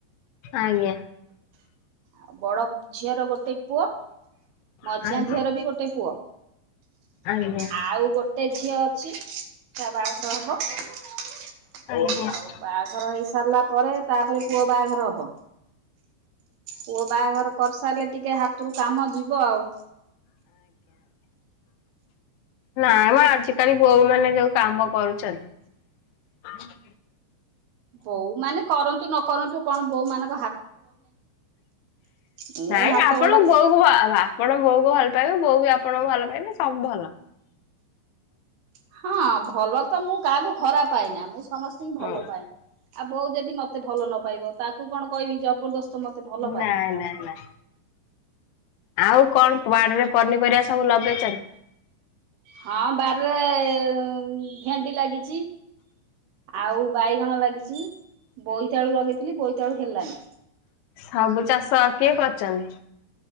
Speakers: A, on the left (about 80°); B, on the right (about 70°).
A: ଆଜ୍ଞା।
B: ଆଉ ବଡ ଝିଅର ଗୋଟେ ପୁଅ। ମଝିଆ
A: ଆଜ୍ଞା
B: ଝିଅର ବି ଗୋଟେ ପୁଅ
A: ଆଜ୍ଞା
B: ଆଉ ଗୋଟେ ଝିଅ ଅଛି। ତା ବହାଘର ହେବ। ଆଉ
A: ଆଜ୍ଞା
B: ବାହାଘର ହେଇ ସୀ ସାରିଲା ପରେ ତାପରେ ପୁଅ ବାଆଘର ହବ। ପୁଅ ବାହାଘର କରିସାରିଲେ ଟିକେ ହାତରୁ କାମ ଯିବ ଆଉ।
A: ନାଇ ମ ଆଜିକାଲି ବୋହୁ ମାନେ ଯୋଉ କାମ କରୁଛନ୍ତି
B: ବୋଉ ମାନେ କରନ୍ତୁ ନ କରନ୍ତୁ କଣ ବୋହୁ ମାନକ୍ ମୁଁ
A: ନାଇଁ
B: ହାତ
A: ଆପଣ
B: ଗୋଡ
A: ବୋଉକୁ ଆପଣ ବୋଉ କ ଭଲ ଭଲ ପାଇବେ ବୋଉ ବି ଆପଣ ଭଲ ପାଇବେ ସବୁ ଭଲ
B: ହଁ। ଭଲ ତ ମୁଁ କାହାକୁ ଖରାପ ପାଏନା ମୁଁ ସମସ୍ତଙ୍କୁ
A: ହୁଁ।
B: ଭଲ ପାଏ। ଆଉ ବୋଉ ଯଦି ମତେ ଭଲ ନ ପାଇବ ତାକୁ କଣ କହିବି ଜବରଦସ୍ତ ମତେ ଭଲ ପା।
A: ନାଇଁ ନାଇଁ ନାଇଁ ଆଉ କଣ ବାଡିରେ ପନିପରିବା ସବୁ ଲଗେଇଛନ୍
B: ହଁ ବାରିରେ ଭେଣ୍ଡି ଲାଗିଛି ଆଉ ବାଇଗଣ ଲାଗିଛି। ବୋଇତାଳୁ ଲଗେଇଥିଲି ବୋଇତାଳୁ ହେଲାନି
A: ସବୁ ଚାଷ କିଏ କରିଛନ୍ତି।